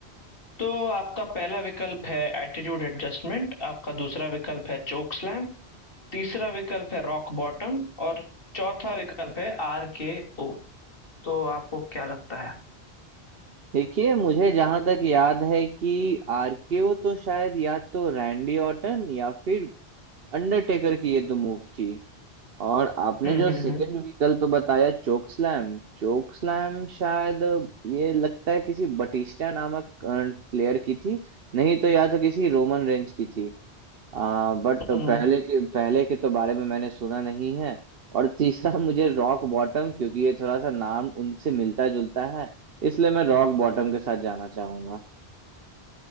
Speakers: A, on the left; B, on the right.
A: तो आपका पहला विकल्प है एटीट्यूड एडजस्टमेंट आपका दूसरा विकल्प है चोक स्लैम तीसरा विकल्प है रॉक बॉटम और चौथा विकल्प है आर के ओ तो आपको क्या लगता है
B: देखिए मुझे जहां तक याद है कि आरकेओ तो शायद या तो रैंडी ऑर्टन या फिर अंडरटेकर की ये तो मूव थी और आपने
A: हम्म
B: जो
A: हम्म
B: सेकंड
A: हम्म
B: व्हीकल तो बताया चोक स्लैम चोक स्लैम शायद ये लगता है किसी बटिस्टा नामक प्लेयर की थी नहीं तो या तो किसी रोमन रेंज की थी आ, बट
A: हम्म,
B: पहले के पहले के तो बारे में मैंने सुना नहीं है और तीसरा <laughs> मुझे रॉक बॉटम क्योंकि ये थोड़ा सा नाम उनसे मिलता जुलता है इसलिए मैं रॉक बॉटम के साथ जाना चाहूंगा